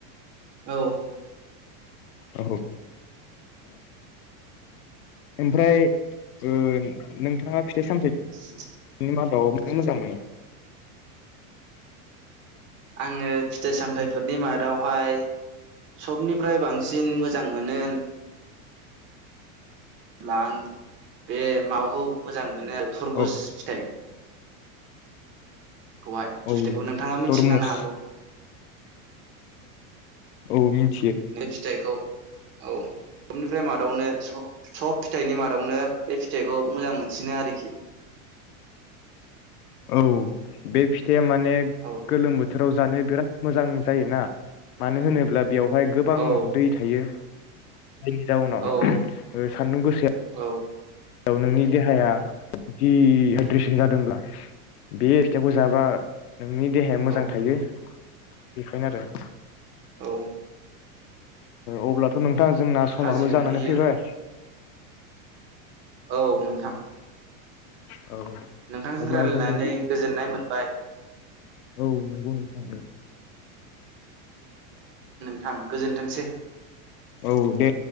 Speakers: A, on the right; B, on the left.
A: औ
B: औ ओमफ्राय ओ नोंथाङा फिथाइ सामथाइ
A: <inaudible>
B: मादाव मोजां मोनो?
A: आङो फिथाइ सामथायाइफोरनि मादावहाय सबनिफ्राय बांसिन मोजां मोनो ब्ला आं बे माबाखौ मोजां मोन <unintelligible> थुरबुज
B: औ
A: फिथाइ गहाय <unintelligible>
B: औ
A: नोंथाङा मिन्थिगो
B: तरमुस
A: जानो हागौ
B: औ <unintelligible>
A: फिथाइखौ औ <unintelligible> निफ्राय मादावनो सब सब फिथाइनि मादावनो बे फिथ फिथाइखौ मोजां मोनसिनो आरोखि
B: औ बे फिथ ए माने
A: औ
B: गोलोम बोथ राव जानो बिराद मोजां जायोना मानो होनोब्ला बेयावहाय गोबां
A: औ
B: दै थायो <unintelligible> जाउनावओ
A: औ
B: सान्दुं गोसोाया
A: औ
B: औ नोंनि देहाया दि हाइद्रेसन जादोंब्ला बे फिथाइखौ जाबा नोंनि देहाया मोजां
A: औ
B: थायो बेखायनो आरो
A: औ
B: अब्लाथ' नों दा जोंना समाबो
A: थाजिम
B: जानानै
A: मोनहैयो
B: फैबाय <inaudible>
A: औ नोंथां।
B: औ
A: नोंथांजों
B: अब्ला
A: रायलायनानै
B: जोंनि
A: गोजोननाय मोन बाय
B: औ नंगौ नोंथां औ।
A: थां गोजोनथोंसै।
B: औ दे